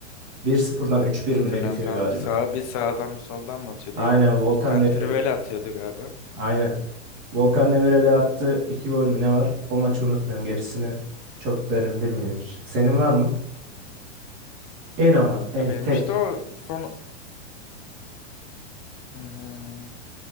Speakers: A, on the right; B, on the left.
A: Bir sıfırdan üç bir
B: hatırlayan
A: mi ne bitiyor
B: tam
A: galiba?
B: sağa bir sağdan bir soldan mı atıyordu
A: Aynen
B: ya da
A: Volkan
B: bir tane
A: Demirel'e.
B: trivela atıyordu galiba.
A: Aynen. Volkan Demirel'e attığı iki gol mü ne var? O maçı unutmuyorum. Gerisini çok derindir benim için. Senin var mı? En ama en
B: Ya benim
A: tek.
B: işte o son Hmm.